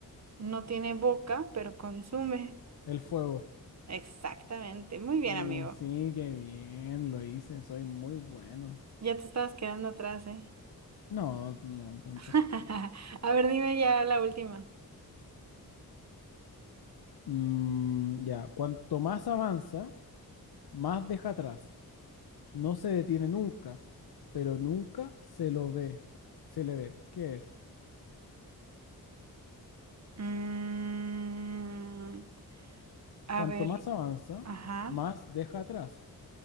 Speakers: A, on the right; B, on the left.
A: No tiene boca, pero consume.
B: El fuego.
A: Exactamente. Muy bien,
B: Oye,
A: amigo.
B: sí, qué bien, lo hice, soy muy bueno.
A: Ya te estabas quedando atrás, ¿eh?
B: No, no tanto.
A: <laughs> A ver, dime ya la última.
B: Mm, ya, cuanto más avanza, más deja atrás. No se detiene nunca, pero nunca se lo ve, se le ve. ¿Qué es?
A: Mm, a
B: Cuanto
A: ver,
B: más avanza,
A: ajá.
B: más deja atrás.